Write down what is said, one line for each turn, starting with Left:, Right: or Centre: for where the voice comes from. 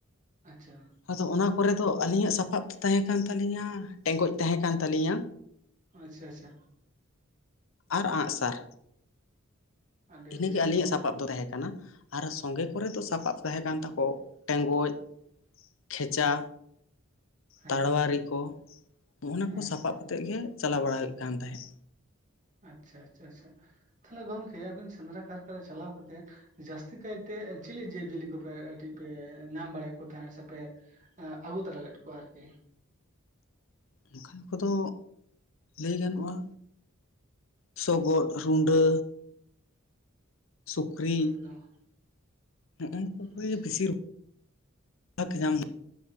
Right: ᱟᱪᱪᱷᱟ
Left: ᱟᱫᱚ ᱚᱱᱟ ᱠᱚᱨᱮ ᱫᱚ ᱟᱹᱞᱤᱧᱟᱜ ᱥᱟᱯᱟᱵ ᱛᱟᱦᱮᱸ ᱠᱟᱱ ᱛᱟᱹᱟᱞᱞᱤᱧᱟ ᱴᱮᱸᱜᱚᱡ ᱛᱟᱦᱮᱸ ᱠᱟᱱ ᱛᱟᱹᱞᱤᱧᱟ
Right: ᱟᱪᱪᱷᱟ ᱟᱪᱪᱷᱟ
Left: ᱟᱨ ᱟᱸᱜ ᱥᱟᱨ
Right: ᱟᱹᱰᱤ
Left: ᱤᱱᱟᱹᱜᱮ
Right: ᱟᱹᱰᱤ ᱥᱟᱨᱦᱟᱣ
Left: ᱟᱹᱞᱤᱧᱟᱜ ᱥᱟᱯᱟᱵ
Right: ᱥᱟᱨ
Left: ᱫᱚ ᱛᱟᱦᱮᱸ ᱠᱟᱱᱟ ᱟᱨ ᱥᱚᱸᱜᱮ ᱠᱚᱨᱮ ᱫᱚ ᱥᱟᱯᱟᱵ ᱛᱟᱦᱮᱸ ᱠᱟᱱ ᱛᱟᱠᱚ ᱴᱮᱸᱜᱚᱡ ᱠᱷᱮᱪᱟ
Right: ᱦᱮᱸ
Left: ᱛᱟᱲᱣᱟᱨᱤ ᱠᱚ ᱱᱚᱜᱼᱚᱱᱟ
Right: ᱦᱮᱸ
Left: ᱠᱚ ᱥᱟᱯᱟᱵ ᱠᱚᱛᱮ‌ ᱜᱮ ᱪᱟᱞᱟᱣ ᱵᱟᱲᱟ ᱦᱩᱭᱩᱜ ᱠᱟᱱ ᱛᱟᱦᱮᱸᱜ᱾
Right: ᱟᱪᱪᱷᱟ ᱟᱪᱪᱷᱟ ᱟᱪᱷᱟ ᱛᱟᱦᱮ ᱜᱚᱝᱠᱮ ᱟᱵᱤᱱ ᱥᱮᱸᱫᱽᱨᱟ ᱠᱟᱨᱠᱟᱨ ᱨᱮ ᱪᱟᱞᱟᱣ ᱠᱟᱛᱮ ᱡᱟᱹᱥᱛᱤ ᱠᱟᱭ ᱛᱮ ᱪᱤᱞᱤ ᱡᱤᱵᱽᱡᱤᱭᱟᱹᱞᱤ ᱠᱚᱯᱮ ᱠᱟᱹᱴᱤᱡ ᱯᱮ ᱧᱟᱢ ᱵᱟᱲᱟᱭᱮᱫ ᱠᱚ ᱛᱟᱦᱮᱸᱜ-ᱟ ᱥᱮᱯᱮ ᱟᱹᱜᱩ ᱛᱟᱨᱟ ᱞᱮᱫ ᱠᱚᱣᱟ ᱟᱨᱠᱤ
Left: ᱚᱝᱠᱟᱱ ᱠᱚᱫᱚ ᱞᱟᱹᱭ ᱜᱟᱱᱚᱜᱼᱟ, ᱥᱚᱜᱚᱫ, ᱨᱩᱸᱰᱟᱹ ᱥᱩᱠᱨᱤ
Right: ᱮᱠᱫᱚᱢ
Left: ᱱᱚᱜᱼᱚ ᱠᱩ
Right: ᱟᱪᱪᱷᱟ
Left: ᱵᱤᱥᱤᱨ <unintelligible>